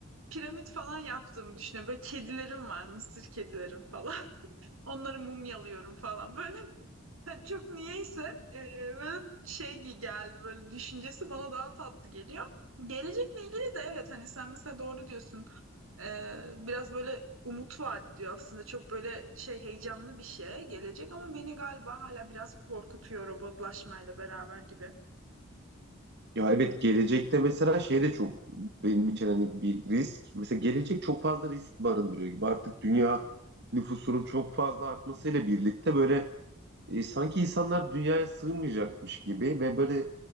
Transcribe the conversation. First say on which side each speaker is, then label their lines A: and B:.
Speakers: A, on the right; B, on the right.
A: piramit falan yaptığımı düşünüyorum. Böyle kedilerim var, mısır kedilerim falan. Onları mumyalıyorum falan. Böyle <laughs> hani çok niyeyse e, böyle şey gi- geldi böyle düşüncesi bana daha tatlı geliyor. Gelecekle ilgili de evet hani sen mesela doğru diyorsun. E, biraz böyle umut vaat ediyor aslında. Çok böyle şey heyecanlı bir şey gelecek ama beni galiba hala biraz korkutuyor robotlaşmayla beraber gibi.
B: Ya evet gelecekte mesela şey de çok benim için hani bir risk. Mesela gelecek çok fazla risk barındırıyor gibi. Artık dünya nüfusunun çok fazla artmasıyla birlikte böyle E, sanki insanlar dünyaya sığmayacakmış gibi ve böyle